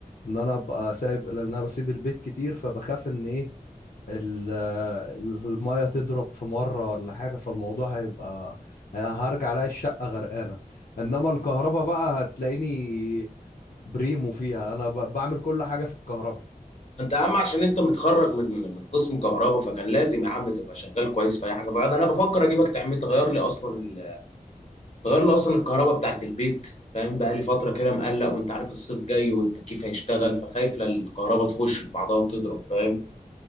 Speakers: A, on the left (about 70°); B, on the left (about 50°).
A: ان انا ابقى سايب لان انا بسيب البيت كتير فبخاف ان ايه ال- المية تضرب في مرة ولا حاجة فالموضوع هيبقى هرجع الاقي الشقة غرقانة انما الكهرباء بقى هتلاقيني بريمو فيها انا ب- بعمل كل حاجة في الكهرباء
B: انت يا عم عشان انت متخرج من من قسم كهرباء فكان لازم يا عم تبقى شغال كويس في اي حاجه فانا انا بفكر اجيبك تعمل تغير لي اصلا ال... تغير لي اصلا الكهرباء بتاعت البيت فاهم بقى لي فتره كده مقلق وانت عارف الصيف جاي والتكييف هيشتغل فخايف لا الكهرباء تخش ببعضها وتضرب فاهم